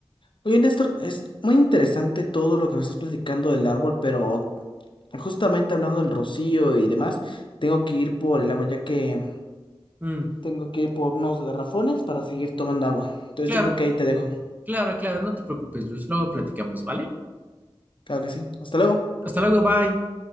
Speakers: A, on the left; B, on the right.
A: Oye, Néstor, es muy interesante todo lo que me estás platicando del árbol, pero justamente hablando del rocío y demás, tengo que ir por el agua ya que
B: Mm,
A: tengo que ir por unos garrafones para seguir tomando agua. Entonces
B: claro,
A: yo creo que ahí te dejo.
B: claro, claro, no te preocupes, Luis, luego platicamos, ¿vale?
A: Claro que sí. Hasta luego.
B: Hasta luego, bye.